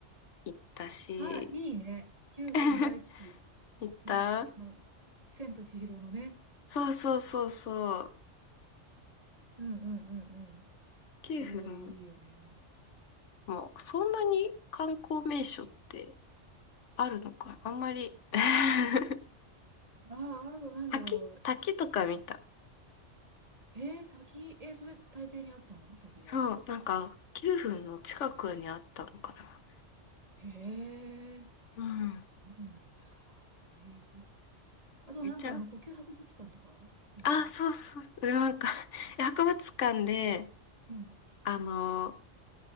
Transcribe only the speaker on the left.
行ったし、
<laughs> 行った
そうそうそうそう。
9分
もうそんなに観光名所ってあるのかなあんまり <laughs>
滝滝とか見た。
そう、なんか9分の近くにあったのかな
うん。
めっちゃ、あ、そうそう、なんか
<laughs> 博物館で、
あの、